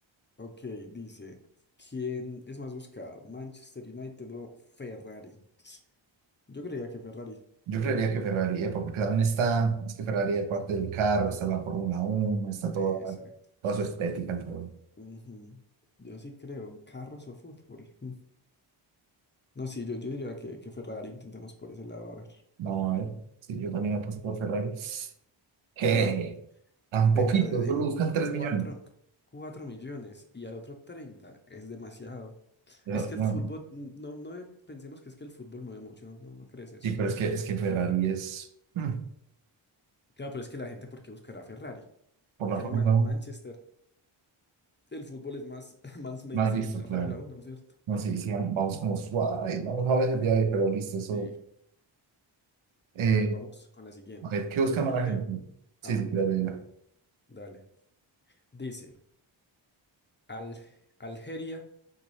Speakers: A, on the left; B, on the right.
A: Ok, dice, ¿quién es más buscado? ¿Manchester United o Ferrari? Yo creía que Ferrari.
B: Yo creería
A: Mm,
B: que Ferrari, EPA, porque también está, es que Ferrari es parte del carro, está la Fórmula 1, está toda,
A: Exacto.
B: toda su estética alrededor.
A: Ujú. Yo sí creo, carros o fútbol. <laughs> No, sí, yo, yo diría que, que Ferrari intentemos por ese lado, a ver.
B: No, a ver, sí, yo también apuesto por Ferrari. Que
A: No,
B: tan
A: perdí.
B: poquito, solo buscan tres
A: Cuatro,
B: millones.
A: cuatro millones y al otro 30 es demasiado.
B: Yo,
A: Es que
B: no,
A: el fútbol, n- no, no eh, pensemos que es que el fútbol mueve mucho, no, no, no crees eso.
B: sí, pero es que, es que Ferrari es, mm,
A: Claro, pero es que la gente, ¿por qué buscará Ferrari?
B: por
A: En
B: la
A: cambio,
B: Fórmula
A: Man-
B: 1,
A: Manchester, el fútbol es más, <laughs> más mainstream
B: más listo,
A: que la
B: claro.
A: Fórmula Uno ¿cierto?
B: No, sí, sí, vamos como suave,
A: Bueno,
B: vamos a veces de ahí, pero listo, eso.
A: sí.
B: eh,
A: A ver, vamos con la siguiente.
B: A ver, ¿qué busca
A: ¿Puedes
B: más
A: ir
B: la
A: a Leo?
B: gente? Sí,
A: Ah, bueno,
B: sí, creo que ya.
A: dale. Dice, Al Algeria